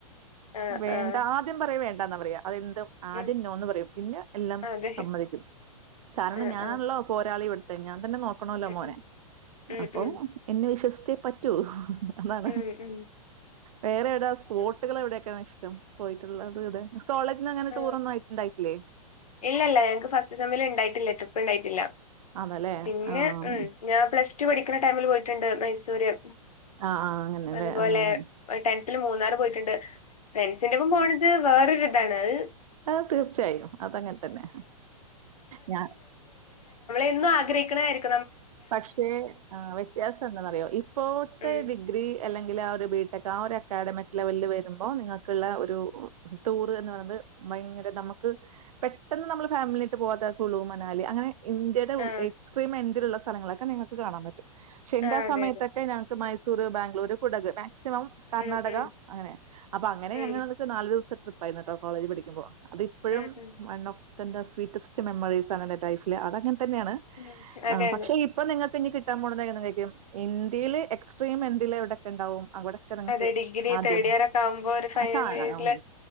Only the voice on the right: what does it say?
വേണ്ട
ആദ്യം പറയാ വേണ്ടന്നാ പറയാ അതെന്ത് ആദ്യം
നോന്ന് പറയും പിന്നെ എല്ലാം
സമ്മതിക്കും കാരണം
ഞാനുള്ള
പോരാളിവിടു കഞ്ഞ നോക്കണല്ലോ മോനെ
അപ്പം
എന്നെ വിശ്വസിച്ചു വിശ്വസിച്ചേ പറ്റൂ അതാണ്.
വേറെ എവിടെ സ്പോട്ടുകൾ
എവിടെയക്കെ്ട റ്റം പോയിട്ടുള്ളത് ഇവിടെ കോളേജിന്ന് അങ്ങനെ
ടൂറൊന്നും ആയിട്ടുണ്ടായിട്ടില്ലേ?
അതല്ലേ?
ആഹ്.
ആഹ്, ആഹ്. അങ്ങനെയല്ലേ?
ആഹ്.
അ തീർച്ചയായും അതങ്ങനെ തന്നെ ഞൻ
പക്ഷേ ആ വ്യത്യാസം എന്താെന്നറിയോ ഇപ്പോഴത്തെ
ഡിഗ്രി അല്ലെങ്കിൽ ആ ഒരു ബിടെക് ആ ഒരു അക്കാഡമിക് ലെവലിൽ വരുമ്പോ നിങ്ങൾക്കുള്ള ഒരു ടൂർ എന്ന് പറയുന്നത് ഭയങ്കര നമുക്ക് പെട്ടെന്ന് നമ്മൾ ഫാമിലിട്ട് പോവാത കുളു മനാലി അങ്ങനെ ഇന്ത്യയുടെ
എക്സ്ട്രീം എ ള്ള സ്ഥങ്ങളൊക്കെ നിങ്ങക്ക് കാണൻ പറ്റും പക്ഷെ എന്റൊ
സമയത്തൊക്കെ
ഞങ്ങക്ക് മ സൂ ബംഗ്ലൂർ കുടക് മാക്സിമം കർണാടക
അങ്ങനെ അപ്പൊ അങ്ങനെ
ഞങ്ങക്ക് നാല് ദിവസത്തെ ട്രിപ്പ പൈതിനെട്ടോ കോളേജ് പഠിക്കുമ്പോ അതിപ്പോഴും
വ എന്റെ സ്വീറ്റസ്റ്റ് മെമ്മറീസ് ആണ് എന്റെ ലൈഫില് അതങ്ങനെ തന്നാണ്
പ
ക്ഷെ ഇപ്പൊ നിങ്ങൾക്ക് ഇനി കി <unintelligible> ഇന്ത്യയില് എക്സ്ട്രീം എന്തില് എവിടെക്കെ ഇണ്ടാവും അവിടൊക്കെ നിങ്ങക്ക്
ആദ്യം
ആഹ് കാണണം